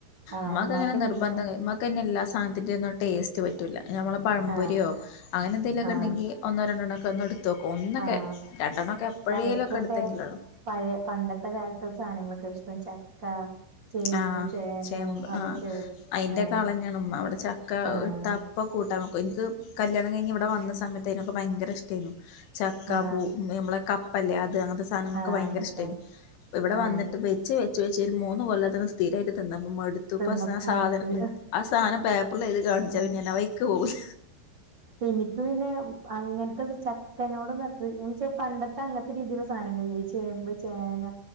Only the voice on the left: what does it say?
ഇമ്മാക്ക്
അങ്ങനെ
നിർബന്ധം ഇമ്മക്ക് അയ്ൻ എല്ലാ സാധനത്തിന്റെ ഒന്നും ടേസ്റ്റ് പറ്റൂല നമ്മൾ പഴമ്പൊരിയോ
അങ്ങനെ എന്തേലുമൊക്കെ
ഉണ്ടങ്കിൽ ഒന്നോരണ്ടെണ്ണംക്കെ <unintelligible> ഒന്നൊക്കെ
രണ്ടെണ്ണക്കെ എപ്പോഴേലും
ഒക്കെ എടുത്തെങ്കിലെ ഉള്ളു
ആഹ്
ചേമ്പ്
ആ അയിന്റെക്കാളന്നെയാണ്
ഉമ്മ ഇവിടെ ചക്ക
ഇട്ടപ്പ കൂട്ട എനിക്ക് കല്യാണം കഴിഞ്ഞ് ഇവിടെ വന്ന സമയത്ത് ഇതിനൊക്കെ ഭയങ്കര ഇഷ്ടായിന്നു ചക്ക
പൂ നമ്മളെ കപ്പല്ലേ അത് അങ്ങന <unintelligible> സാധനങ്ങക്കെ
ഭയങ്കര
ഇഷ്ട ഇവിടെ
വന്നട്ട് വെച്ച് വെച്ച് വെച്ച് ഒരു മൂന്ന് കൊല്ലതിന് സ്ഥീരായിട്ട് തിന്ന മടുത്തുപ്പ
സാധനം.
ആ സാധനം പേപ്പറിലൈതി കാണിച്ചാ
പിന്നെ ഞാനാ വൈക്ക് പോവുല